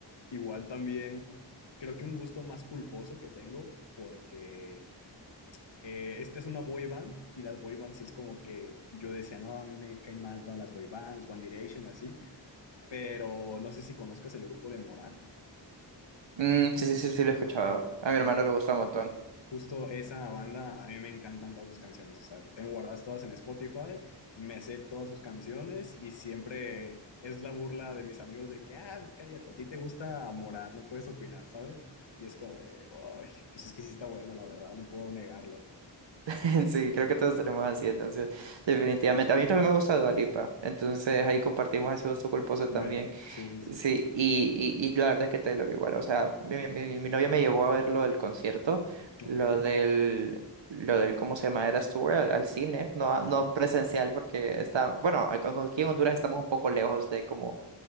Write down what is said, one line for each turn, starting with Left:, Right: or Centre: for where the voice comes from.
Left: Igual también creo que un gusto más culposo que tengo, porque eh, esta es una boy band y las boy bands sí es como que yo decía, no, a mí me caen mal todas las boy bands, los One Direction, así, pero no sé si conozcas el grupo de Morat,
Right: Mm, sí, sí, sí, sí, lo he escuchado.
Left: aunque
Right: A mi
Left: eh,
Right: hermano le gusta un montón.
Left: justo esa banda, a mí me encantan todas sus canciones, o sea, tengo guardadas todas en Spotify, me sé todas sus canciones y siempre es la burla de mis amigos de que, ah, cállate, a ti te gusta Morat, no puedes opinar, ¿sabes? Y es como, de, ay, pues es que sí está bueno, la verdad, no puedo negarlo.
Right: <laughs> Sí, creo que todos tenemos así, entonces, definitivamente. A mí también me gusta Dua Lipa, entonces ahí compartimos ese gusto culposo
Left: <laughs>
Right: también.
Left: Mira, sí, sí, sí.
Right: Sí, y, y, y la verdad es que Taylor igual, o sea, mi, mi, mi novia me llevó a ver lo del concierto,
Left: Ok,
Right: lo del, lo del, ¿cómo se llama? Eras Tour al, al cine, no, a-
Left: ajá.
Right: no presencial porque está, bueno, a- con- aquí en Honduras estamos un poco lejos de como